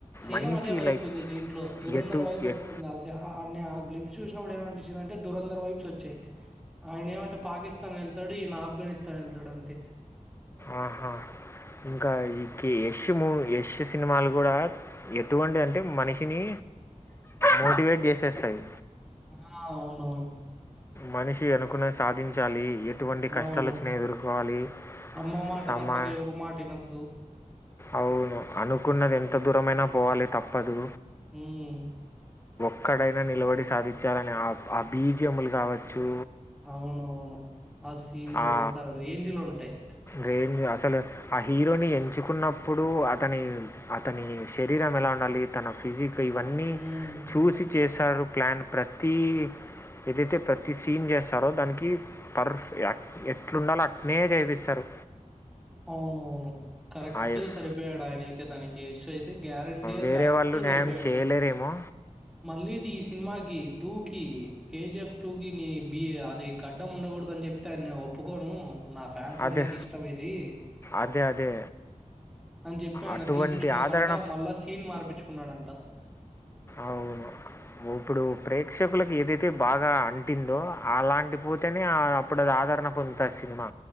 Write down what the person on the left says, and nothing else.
మంచి
లైక్
ఎటు
ఎటు
ఆహా ఇంకా ఇకి యష్ మూ యష్ సినిమాలు కూడా ఎటువంటి అంటే మనిషిని మోటివేట్ చేసేస్తాయి.
మనిషి అనుకున్నది సాధించాలి ఎటువంటి కష్టాలొచ్చినా
ఎదుర్కోవాలి.
సమా
అవును అనుకున్నది ఎంత దూరమైనా పోవాలి తప్పదు.
ఎక్కడైనా నిలబడి సాధించాలని ఆ ఆబీజములు కావచ్చు.
ఆ
రేంజ్ అసలు ఆ హీరోని ఎంచుకున్న ఇప్పుడు అతని అతని శరీరం ఎలా ఉండాలి తన ఫిజిక్ ఇంక ఇవన్నీ
చూసి చ చేస్తారు ప్లాన్ ప్రతీ ఎదైతే ప్రతి సీన్ చేస్తారో దానికి పర్ఫ్ ఎట్లుండాలో అట్నే చేపిస్తారు.
ఆ ఎఫ్
వేరే
వాళ్ళు న్యాయం
చేయలేరేమో
అదే
అదే అదే
అటువంటి
ఆదరణ
అవును ఇప్పుడు ప్రేక్షకులకు ఏదైతే బాగా అంటిందో అలాంటి పుతనే అప్పుడు అది ఆదరణ పొందుతాది సినిమా